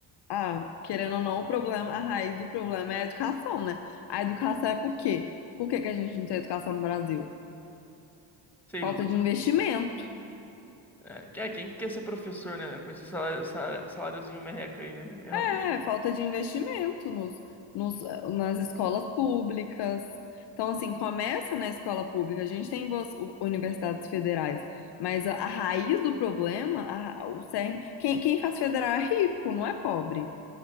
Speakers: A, on the left; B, in the centre.
A: ah, querendo ou não, o problema, a raiz do problema é a educação, né? A educação é por quê? Por que que a gente não tem educação no Brasil?
B: Sei
A: Falta
B: lá.
A: de investimento.
B: É, que- é, quem quer ser professor, né? né, Com esse salário, salário- saláriozinho merreca aí, né? É realmente.
A: É, falta de investimento nos, nos, nas escolas públicas. Então, assim, começa na escola pública. A gente tem boas u- universidades federais, mas a, a raiz do problema, a- o cerne, quem, quem faz federal é rico, não é pobre.